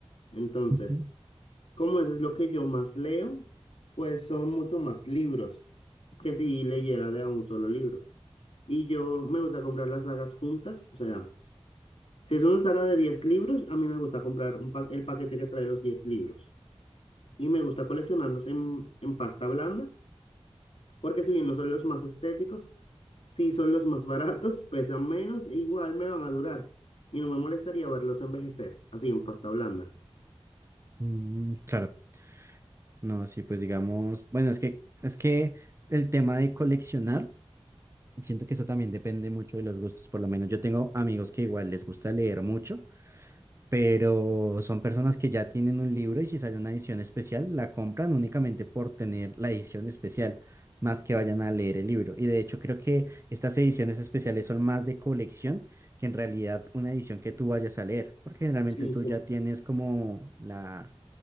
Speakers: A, on the left (about 65°); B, on the right (about 25°).
A: Entonces,
B: ujú.
A: como eso es lo que yo más leo, pues son mucho más libros que si leyera de a un solo libro. Y yo me gusta comprar las sagas juntas. O sea, si es una saga de 10 libros, a mí me gusta comprar un pa- el paquete que trae los 10 libros. Y me gusta coleccionarlos en, en pasta blanda, porque si bien no son los más estéticos, sí son los más baratos, <laughs> pesan menos e igual me van a durar. Y no me molestaría verlos envejecer, así en pasta blanda.
B: Mm, claro, no, sí, pues digamos, bueno, es que es que el tema de coleccionar, siento que eso también depende mucho de los gustos, por lo menos yo tengo amigos que igual les gusta leer mucho, pero son personas que ya tienen un libro y si sale una edición especial, la compran únicamente por tener la edición especial, más que vayan a leer el libro. Y de hecho creo que estas ediciones especiales son más de colección que en realidad una edición que tú vayas a leer, porque generalmente
A: Sí,
B: tú
A: sí.
B: ya tienes como la